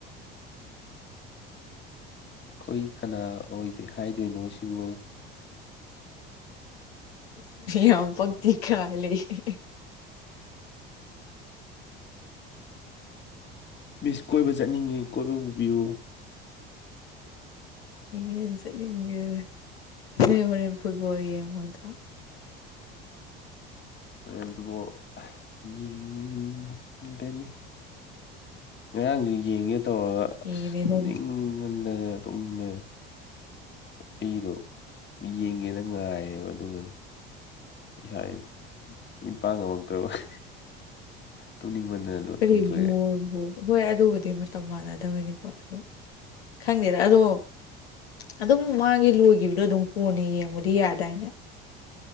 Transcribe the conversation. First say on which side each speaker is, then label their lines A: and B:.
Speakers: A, on the left; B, on the left.
A: ꯑꯩꯈꯣꯏ ꯀꯅꯥ ꯑꯣꯏꯗꯦ ꯍꯥꯏꯗꯣꯏꯅꯣ ꯁꯤꯕꯨ
B: ꯌꯥꯝ ꯄꯛꯇꯦ ꯈꯥꯏ ꯂꯩꯑꯦ
A: ꯃꯤꯁ ꯀꯣꯏꯕ ꯆꯠꯅꯤꯡꯉꯤ ꯀꯣꯏꯕ ꯄꯨꯕꯤꯌꯨ
B: ꯏꯩꯅꯉꯟ ꯆꯠꯅꯤꯡꯉ ꯅꯣꯏ ꯍꯣꯔꯦꯟ ꯐꯨꯠꯕꯣꯜ ꯌꯦꯡꯉꯣꯏꯗ꯭ꯔꯥ
A: ꯍꯣꯔꯦꯟ ꯑꯗꯨꯕꯨ ꯌꯦꯡꯒꯅꯤ ꯉꯔꯥꯡꯖꯨ ꯌꯦꯡꯒꯦ ꯇꯧꯔꯒ
B: ꯌꯦꯡꯉꯤꯅꯦ
A: ꯑꯁ ꯇꯨꯝꯅꯤꯡꯃꯟꯗꯅ
B: ꯅꯪꯗꯤ
A: ꯇꯨꯝꯃꯦꯕ ꯑꯩꯗꯣ ꯌꯦꯡꯒꯦꯅ ꯉꯥꯏꯌꯦꯕ ꯑꯗꯨꯒꯅꯦ <unintelligible> ꯃꯤꯠ ꯄꯥꯡ ꯉꯝꯃꯛꯇ꯭ꯔꯕ <unintelligible> ꯇꯨꯝꯅꯤꯡꯃꯟꯗꯅ ꯑꯗꯨ
B: ꯀꯔꯤ
A: ꯇꯨꯝꯊꯣꯛꯑꯦ
B: <unintelligible> ꯍꯣꯏ ꯑꯗꯨꯕꯨꯗꯤ ꯃꯇꯝ ꯃꯥꯟꯅꯗꯕꯩꯅꯤꯀꯣ ꯑꯣ ꯈꯪꯗꯦꯗ ꯑꯗꯣ ꯑꯗꯨꯝ ꯃꯥꯒꯤ ꯂꯣꯏꯒꯤꯕꯗꯣ ꯑꯗꯨꯝ ꯀꯣꯟꯅ ꯌꯦꯡꯕꯗꯤ ꯌꯥ ꯗꯥꯏꯅꯦ